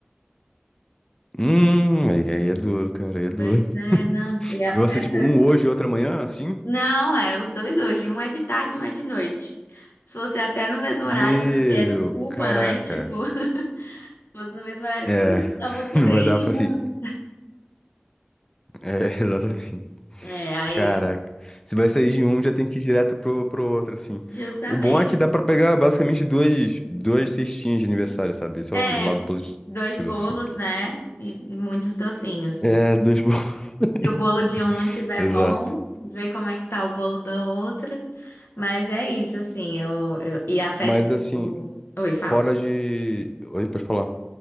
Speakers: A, on the left; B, on the left.
A: Hum, aí, aí é duro, cara, aí é duro.
B: Pois é,
A: <laughs>
B: não. E a
A: Eu assisto
B: festa?
A: tipo, um hoje e outro amanhã, assim?
B: Não, é os dois hoje, um é de tarde e um é de noite. Se fosse até no mesmo
A: Meu,
B: horário para ter a desculpa,
A: caraca.
B: né? Tipo, <laughs> se fosse no mesmo horário,
A: É,
B: putz, só
A: <laughs>
B: vou poder
A: não vai
B: ir
A: dar pra
B: em um.
A: ir. É, <laughs> exatamente.
B: É, aí,
A: Caraca. Se vai sair de um, já tem que ir direto pro, pro outro, assim.
B: justamente.
A: O bom é que dá pra pegar basicamente duas, duas cestinhas de aniversário, sabe? Só
B: É,
A: um lado positivo,
B: dois bolos,
A: assim.
B: né? E e muitos docinhos.
A: É, dois bons. <laughs>
B: Se o bolo de um não tiver
A: Exato.
B: bom, vê como é que tá o bolo da outra. Mas é isso, assim, eu, eu- e a festa
A: Mas assim,
B: do... Oi, fala.
A: fora de. Oi, pode falar.